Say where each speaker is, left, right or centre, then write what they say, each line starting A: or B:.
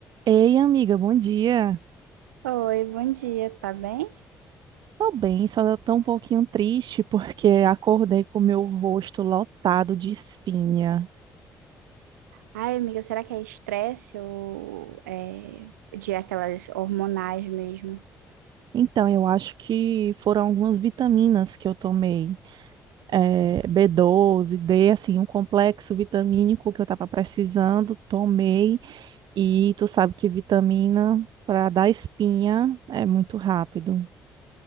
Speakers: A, on the right; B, on the right.
A: Ei, amiga, bom dia.
B: Oi, bom dia, tá bem?
A: Tô bem, só tô um pouquinho triste porque acordei com o meu rosto lotado de espinha.
B: Ai, amiga, será que é estresse ou é de aquelas hormonais mesmo?
A: Então, eu acho que foram algumas vitaminas que eu tomei, eh, B12, D, assim, um complexo vitamínico que eu tava precisando, tomei. E tu sabe que vitamina para dar espinha é muito rápido.